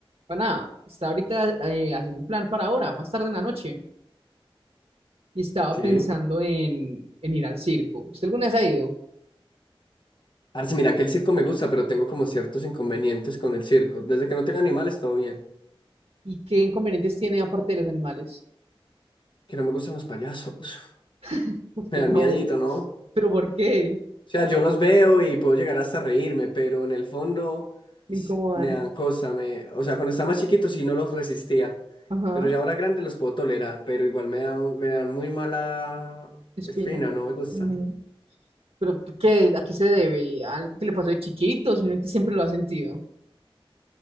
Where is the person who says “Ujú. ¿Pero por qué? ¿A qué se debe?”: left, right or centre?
Right